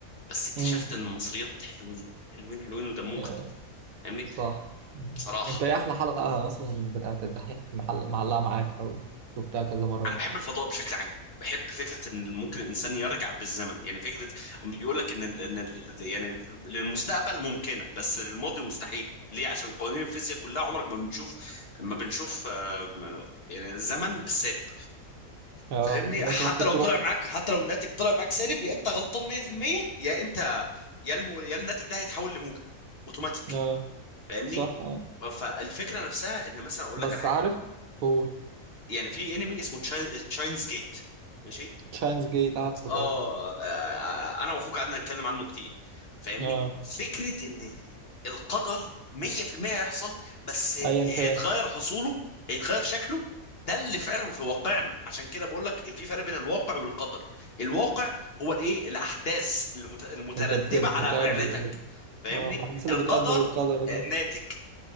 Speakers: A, on the left; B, on the right.
A: بس اكتشفت
B: امم
A: ان المصريات حلوين حلوين حلوين ودمهم
B: يا-
A: خفيف فاهمني
B: صح مم.
A: بصراحة
B: انت ايه احلى حلقة مثلا بتاعت الدحيح محل معلقة معاك او شفتها كذا مرة
A: أنا بحب الفضاء بشكل عام بحب فكرة إن ممكن الإنسان يرجع بالزمن يعني فكرة بيقول لك إن ال... إن ال... يعني للمستقبل ممكنة بس للماضي مستحيلة ليه عشان قوانين الفيزياء كلها عمرك ما بنشوف ما بنشوف آه، ما- يعني الزمن بالسالب
B: آه،
A: فاهمني
B: ان
A: حتى
B: انت ممكن
A: لو
B: تروح
A: طلع معاك حتى لو الناتج طلع معاك سالب يا أنت غلطان 100% يا أنت يا الم... يا الناتج ده هيتحول لموجب أوتوماتيك
B: آه،
A: فاهمني
B: صح آه.
A: فالفكرة نفسها إن مثلا أقول لك
B: بس
A: على حاجة
B: عارف هو
A: يعني في انمي اسمه تشاينز جيت ماشي
B: تشاينز جيت عارفه
A: اه
B: طبعا
A: آه، انا واخوك قعدنا نتكلم عنه كتير فاهمني
B: اه
A: فكره ان ال- القدر 100% هيحصل بس
B: ايا كان
A: هيتغير حصوله هيتغير شكله ده اللي فعلا في واقعنا عشان كده بقول لك في فرق بين الواقع والقدر الواقع هو الايه الاحداث المت- المترتبه
B: اللي بت... بتأدي
A: على فعلتك
B: اللي...
A: فاهمني
B: اه الاحداث اللي
A: القدر
B: بتأدي للقدر ده
A: آه، ناتج